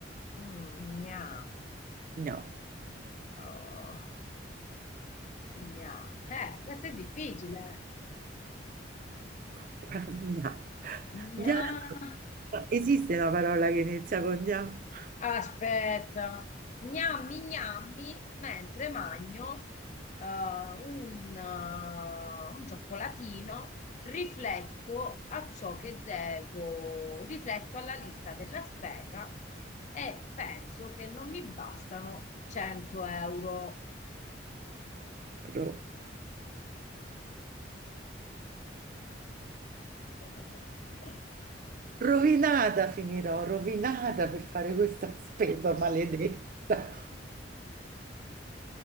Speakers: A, on the left; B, on the right.
A: Mm, gna.
B: No,
A: Oh, gna. Eh, questo è difficile.
B: <laughs> compagna.
A: Gna.
B: Gna. Esiste una parola che inizia con gna?
A: Aspetta, gnammi gnammi mentre magno eh, un, eh, un cioccolatino, rifletto a ciò che devo, rifletto alla lista della spesa e penso che non mi bastano 100 euro.
B: Ro-
A: <laughs>
B: Rovinata finirò, rovinata per fare questa spesa maledetta.